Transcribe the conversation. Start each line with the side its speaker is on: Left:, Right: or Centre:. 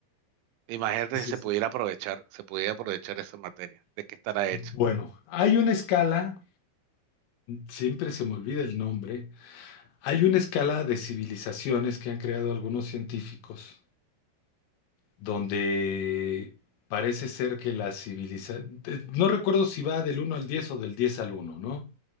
Right: Imagínate
Left: sí, sí,
Right: si se
Left: sí.
Right: pudiera aprovechar, se pudiera aprovechar esa materia, ¿de qué estará hecha?
Left: Bueno, hay una escala, siempre se me olvida el nombre, hay una escala de civilizaciones que han creado algunos científicos, donde parece ser que la civilización, no recuerdo si va del uno al 10 o del 10 al uno ¿no?